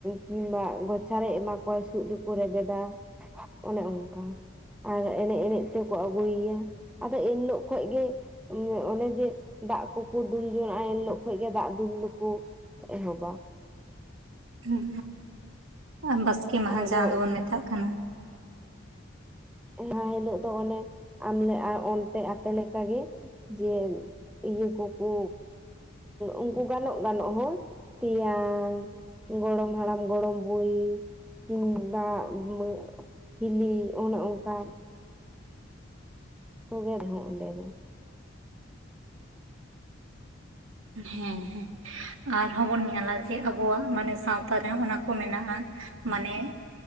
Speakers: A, in the centre; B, on the right (about 85°).
A: ᱠᱤᱢᱵᱟ ᱜᱚᱪᱷᱟ ᱨᱮ ᱮᱢᱟ ᱠᱚᱣᱟᱭ ᱥᱩᱫ ᱨᱮᱠᱚ ᱨᱮᱵᱮᱫᱟ᱾ ᱚᱱᱮ ᱚᱱᱠᱟ ᱟᱨ ᱮᱱᱮᱡ ᱮᱱᱮᱡ ᱛᱮᱠᱚ ᱟᱹᱜᱩᱭᱮᱭᱟ᱾ ᱟᱫᱚ ᱮᱱ ᱦᱤᱞᱳᱜ ᱠᱷᱚᱡᱽ ᱜᱮ, ᱚᱱᱮ ᱡᱮ ᱫᱟᱜ ᱠᱚᱠᱚ ᱫᱩᱞ ᱡᱚᱝᱟᱜ ᱮᱱ ᱦᱤᱞᱚᱜ ᱠᱷᱚᱡᱽ ᱜᱮ ᱫᱟᱜ ᱫᱩᱞ ᱫᱚᱠᱤᱱ, ᱮᱦᱚᱵᱟ,
B: ᱦᱮᱸ ᱦᱮᱸ, ᱵᱟᱥᱠᱮ ᱢᱟᱦᱟ
A: ᱟᱫᱚ
B: ᱡᱟᱦᱟᱸ ᱫᱚᱵᱚᱱ ᱢᱮᱛᱟᱜ ᱠᱟᱱᱟ᱾
A: ᱚᱱᱟ ᱦᱤᱞᱳᱜ ᱫᱚ ᱚᱱᱮ, ᱟᱢᱞᱮ ᱟᱨ ᱚᱱᱛᱮ ᱟᱯᱮ ᱞᱮᱠᱟ ᱜᱮ ᱡᱮ ᱤᱭᱟᱹ ᱠᱚᱠᱚ, ᱩᱝᱠᱩ ᱜᱟᱱᱚᱜ ᱜᱟᱱᱚᱜ ᱦᱚᱲ ᱛᱮᱭᱟᱝ, ᱜᱚᱲᱚᱢ ᱦᱟᱲᱟᱢ, ᱜᱚᱲᱚᱢ ᱵᱩᱲᱤ ᱠᱤᱢᱵᱟ <inaudible> ᱦᱤᱞᱤ ᱚᱱᱮ ᱚᱝᱠᱟ, ᱠᱚᱜᱮ ᱨᱮᱦᱚᱸ ᱚᱸᱰᱮ ᱫᱚ᱾
B: ᱦᱮᱸ ᱦᱮᱸ, ᱟᱨᱦᱚᱸ ᱵᱚᱱ ᱧᱮᱞᱟ ᱡᱮ ᱟᱵᱚᱣᱟᱜ ᱢᱟᱱᱮ ᱥᱟᱶᱛᱟ ᱨᱮ ᱚᱱᱟ ᱠᱚ ᱢᱮᱱᱟᱜᱼᱟ, ᱢᱟᱱᱮ